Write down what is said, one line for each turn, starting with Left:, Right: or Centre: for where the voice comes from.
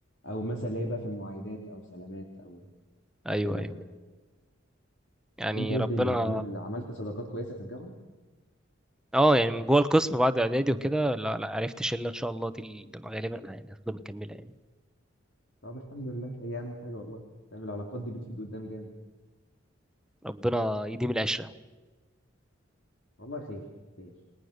Left: او مثلا اللي هي بقى في المعايدات او سلامات او
Centre: ايوه
Left: كده
Centre: ايوه يعني
Left: انت ايه
Centre: ربنا
Left: الدنيا عامل عملت صداقات كويسه في الجامعه
Centre: اه يعني من جوه القسم بعد اعدادي وكده لا لا عرفت شله ان شاء الله دي اللي غالبا يعني هتفضل مكمله يعني
Left: طب الحمد لله هي اهم حاجه والله فاهم العلاقات دي بتفيد قدام جامد
Centre: ربنا يديم العشره
Left: والله خير خير